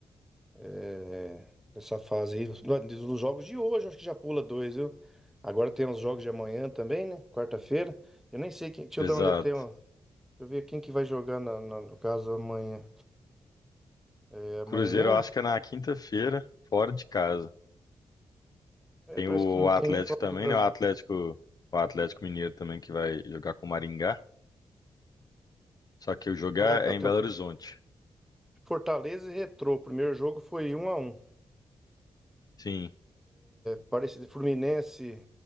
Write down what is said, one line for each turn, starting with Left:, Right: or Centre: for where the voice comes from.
Centre: é, nessa fase aí. No- Nos jogos de hoje, eu acho que já pula dois, viu? Agora tem os jogos de amanhã também, né? Quarta-feira. Eu nem sei quem. Deixa
Left: Exato.
Centre: eu dar uma olhada. tem uma- Deixa eu ver quem que vai jogar na, na- no caso amanhã. É, amanhã.
Left: Cruzeiro eu acho que é na quinta-feira, fora de casa.
Centre: É,
Left: Tem
Centre: parece
Left: o
Centre: que não tem
Left: Atlético
Centre: nem Copa
Left: também,
Centre: do Brasil.
Left: né? O Atlético, o Atlético Mineiro também que vai jogar com o Maringá, só que o jogar
Centre: Ah, então
Left: é é em
Centre: tem
Left: Belo
Centre: o
Left: Horizonte.
Centre: Fortaleza e Retrô. O primeiro jogo foi um a um.
Left: Sim,
Centre: Aparecida Fluminense.